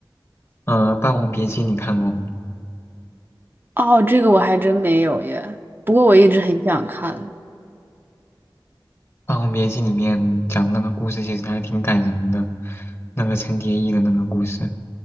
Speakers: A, on the left (about 30°); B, on the right (about 25°).
A: 呃，《霸王别姬》你看过吗？
B: 哦，这个我还真没有耶。不过我一直很想看。
A: 《霸王别姬》里面讲的那个故事其实还挺感人的，那个陈蝶衣的那个故事，